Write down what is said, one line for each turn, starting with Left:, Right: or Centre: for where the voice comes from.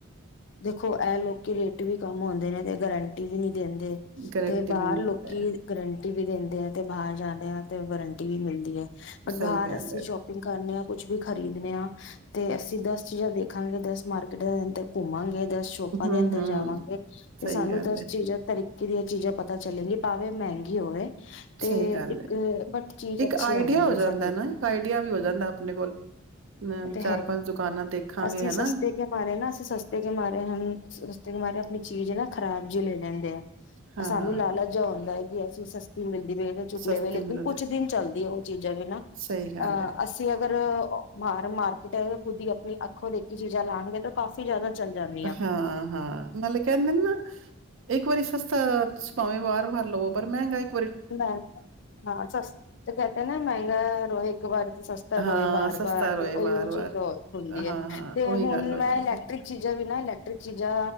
Left: ਦੇਖੋ ਐ ਲੋਕੀ ਵੀ, ਵੀ ਕੰਮ ਆਦੇ ਨੇ ਤੇ ਗਰੰਟੀ ਵੀ ਨੀ ਦਿੰ
Right: ਗਰੰਟੀ
Left: ਤੇ ਬਾਹਰ
Right: ਵੀ ਨੀ
Left: ਲੋਕੀ
Right: ਦਿੰਦਾ ਐ,
Left: ਗਰੰਟੀ ਗਰੰਟੀ ਦਿੰਦੇ ਆ ਤੇ ਬਾਹਰ ਜਾਂਦੇ ਆ ਤੇ ਵਾਰੰਟੀ ਵੀ ਮਿਲਦੀ ਹੈ ਬਟ
Right: ਸਹੀ
Left: ਬਾਹਰ
Right: ਗੱਲ
Left: ਅਸੀਂ
Right: ਐ।
Left: ਸ਼ੋਪਿੰਗ ਕਰਨੇ ਆ। ਕੁਛ ਵੀ ਖਰੀਦਣੇ ਆ ਤੇ ਅਸੀਂ ਦਸ ਚੀਜ਼ਾਂ ਦੇਖਾਂਗੇ, ਦਸ ਮਾਰਕੀਟਾਂ ਦੇ ਅੰਦਰ ਘੁੰਮਾਂਗੇ। ਸ਼ੋਪਾਂ
Right: ਹੂੰ-ਹੂੰ,
Left: ਦੇ ਅੰਦਰ, ਜਾਵਾਂਗੇ, ਤੇ
Right: ਸਹੀ
Left: ਸਾਨੂੰ
Right: ਗੱਲ
Left: ਦਸ
Right: ਐ,
Left: ਚੀਜ਼ਾਂ ਤਰੀ ਕਿਦੀ ਇਹ ਚੀਜ਼ਾਂ ਪਤਾ ਚੱਲੇਗੀ ਭਾਵੇਂ ਮਹਿੰਗੀ ਹੋਵੇ। ਤੇ
Right: ਸਹੀ ਗੱਲ
Left: ਇੱਕ
Right: ਐ,
Left: ਬਟ ਚੀਜ਼
Right: ਇੱਕ
Left: ਅੱਛੀ
Right: ਆਈਡੀਆ
Left: ਆਦੀ
Right: ਹੋ
Left: ਹੈ,
Right: ਜਾਂਦਾ
Left: ਸਾਡੇ
Right: ਨਾ
Left: ਕੋ
Right: ਇੱਕ ਆਈਡੀਆ ਵੀ ਹੋ ਜਾਂਦਾ ਆਪਣੇ ਕੋਲ ਅ
Left: ਤੇ
Right: ਚਾਰ-ਪੰਜ
Left: ਹੈ
Right: ਦੁਕਾਨਾਂ ਦੇਖਾਂਗੇ
Left: ਅਸੀਂ
Right: ਹਨਾ,
Left: ਸਸਤੇ ਕੇ ਮਾਰੇ ਨਾ ਅਸੀਂ ਸਸਤੇ ਕੇ ਮਾਰੇ ਹਨ। ਮਾਰੇ ਆਪਣੀ ਚੀਜ਼ ਨਾ ਖਰਾਬ ਜੀ ਲੈ ਲਣੀ।
Right: ਹਾਂ-ਹਾਂ,
Left: ਸਾਨੂੰ ਲਾਲਚ ਜਾ ਆਦਾ ਹੈ ਕਿ, ਸਸਤੀ ਮਿਲਦੀ। ਚੁੱਕ
Right: ਸਸਤੀ
Left: ਲਵੇ ਲੇਕਿਨ
Right: ਮਿਲਦੀ
Left: ਕੁਛ ਦਿਨ ਚੱਲਦੀ ਹੈ, ਉਹ ਚੀਜ਼ਾਂ ਵੀ ਨਾ
Right: ਸਹੀ ਗੱਲ
Left: ਅਹ
Right: ਏ,
Left: ਅਸੀਂ ਅਗਰ ਮਾਰ-ਮਾਰ, ਖੁਦ ਹੀ ਆਪ ਅੱਖੋ ਦੇਖ ਕੇ ਚੀਜ਼ਾਂ ਲਾਣਗੇ ਤਾਂ ਕਾਫ਼ੀ ਜ਼ਿਆਦਾ ਚੱਲ ਜਾਂਦੀਆਂ।
Right: ਹੂੰ-ਹੂੰ, ਮਨਲੋ ਕਹਿੰਦੇ ਨੇ, ਇੱਕ ਵਾਰੀ ਸਸਤਾ ਤੁਸੀ ਭਾਵੇਂ ਵਾਰ ਭਰਲੋ, ਪਰ ਮਹਿੰਗਾ ਇਕ
Left: ਮੈਂ ਹਾਂ ਸਤੇ ਕਹਿਤੇ ਨਾ ਮਹਿੰਗਾ ਰੋਏ ਇੱਕ ਵਾਰ ਤੇ ਸਸਤਾ
Right: ਹਾਂ
Left: ਰੋਏ ਬਾਰ
Right: ਸਸਤਾ
Left: ਬਾਰ
Right: ਰੋਏ
Left: ਤੇ ਉਹੀ
Right: ਵਾਰ-ਵਾਰ
Left: ਉਹ ਚੀਜ਼ ਹੁੰਦੀ
Right: ਹਾਂ-ਹਾਂ
Left: ਹੈ ਤੇ
Right: ਉਹੀ
Left: ਹੁਣ
Right: ਗੱਲ ਹੋ ਜਾਂਦੀ।
Left: ਮੈਂ ਇਲੈਕਟ੍ਰਿਕ ਚੀਜ਼ ਚੀਜ਼ਾਂ ਵੀ ਨਾਂ ਇਲੈਕਟ੍ਰਿਕ ਚੀਜ਼ਾਂ